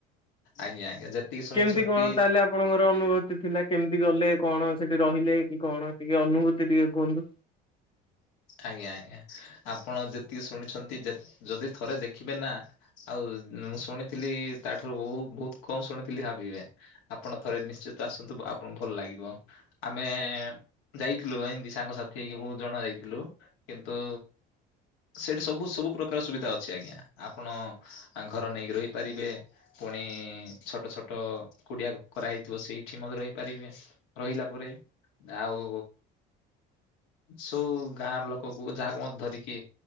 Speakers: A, on the left; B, on the left.
A: ଆଜ୍ଞା ଆଜ୍ଞା ଯେତିକି ଶୁଣିଛନ୍ତି
B: କେମିତି କଣ ତାହେଲେ ଆପଣଙ୍କର ଅନୁଭୂତି ଥିଲା କେମ୍ ତି ଗଲେ କଣ ସେଟି ରହିଲେ କି କଣ ଟିକେ ଅନୁଭୂତି ଟିକେ କୁହନ୍ତୁ
A: ଆଜ୍ଞା ଆଜ୍ଞା ଆପଣ ଯେତିକି ଶୁଣିଛନ୍ତି ଯ ଯଦି ଥରେ ଦେଖିବେ ନା ଆଉ ମୁଁ ଶୁଣିଥିଲି ତାଠାରୁ ବହୁ ବହୁତ୍ କମ୍ ଶୁଣି ଖାଲି ଭାବିବେ ଆପଣ ଥରେ ନିଶ୍ଚିତ ଆସନ୍ତୁ ଆପ୍ ଭଲ୍ ଲାଗିବ ଆମେ ଯାଇଥିଲୁ ଏମ୍ ତି ସାଙ୍ଗ ସାଥି ହେଇକି ବହୁତ୍ ଜଣ ଯାଇଥିଲୁ କିନ୍ତୁ ସେଇଠି ସବୁ ସବୁ ପ୍ରକାର ସୁବିଧା ଅଛି ଆଜ୍ଞା ଆପଣ ଘର ନେଇକି ରହିପାରିବେ ପୁଣି ଛୋଟ ଛୋଟ କୁଡିଆ କରାହେଇଥିବ ସେଇଠି ମଧ୍ୟ ରହି ପାରିବେ। ରହିଲା ପରେ ଆଉ ସଉ ଗାଁ ର ଲୋକକୁ ଯାହାକୁ ମ ଧରିକି